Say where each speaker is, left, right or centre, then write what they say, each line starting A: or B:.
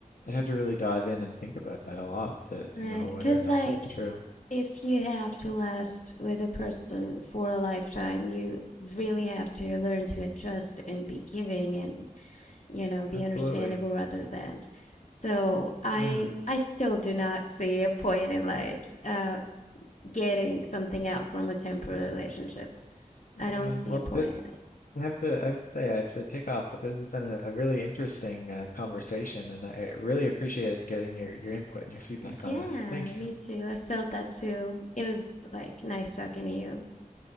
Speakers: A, on the left (about 75°); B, on the left (about 60°).
A: I'd have to really dive in and think about that a lot to
B: right
A: to know whether
B: because
A: or not
B: like
A: that's true.
B: if you have to last with a person for a lifetime you really have to learn to adjust and be giving and you know, be
A: Absolutely.
B: understandable rather than. So I
A: Yeah.
B: I still do not see a point in like uh getting something out from a temporary relationship. I
A: Yeah,
B: don't see
A: well,
B: a point
A: th
B: in
A: I have to, I have to say, I have to take off, but this has been a, a really interesting uh, conversation, and I I really appreciated getting your, your input and your feedback
B: it.
A: on
B: Yeah,
A: this. Thank
B: me
A: you.
B: too. I felt that too. It was like nice talking to you.